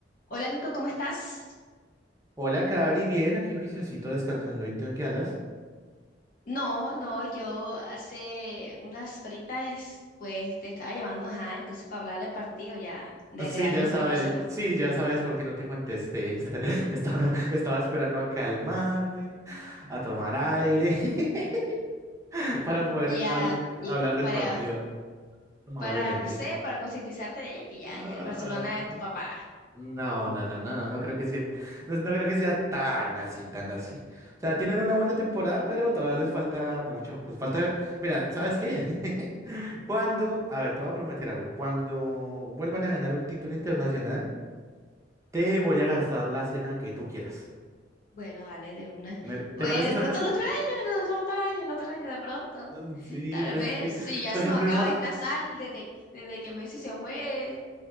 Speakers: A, on the left; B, on the right.
A: Hola Nico, ¿cómo estás?
B: Hola, Cari, bien, aquí juiciosito descansando. ¿Y tú en qué andas?
A: No, no, yo hace unas horitas pues te estaba llamando, ajá, entonces para hablar del partido ya de Real
B: Sí, ya
A: contra
B: sabes,
A: el Barcelona.
B: sí, ya sabes por qué no te contesté. <laughs> Estaba, estaba esperando a calmarme, a tomar aire, <laughs> para poder
A: Ya,
B: habl-
A: ya,
B: hablar del
A: para,
B: partido amablemente.
A: para, no sé, para concientizarte de que ya,
B: Ah,
A: ya el Barcelona es tu papá.
B: No, no, no, no, no, no creo que sea, no, no creo que sea tan así, tan así. O sea, tienen una buena temporada, pero todavía les falta mucho. Les falta, mira, ¿sabes qué? <laughs> Cuando, a ver, te voy a prometer algo. Cuando vuelvan a ganar un título internacional, te voy a gastar la cena que tú quieras.
A: Bueno, dale, de una.
B: ¿Me- ¿Te
A: Eh,
B: parece
A: de
B: esa
A: pronto
B: apuesta?
A: el otro año, el otro año, el otro año, de pronto.
B: Mm, Sí,
A: Tal
B: pues
A: vez,
B: es que,
A: si ya
B: pues
A: se
B: el
A: nos
B: problema.
A: acaba esta sal desde, desde que Messi se fue.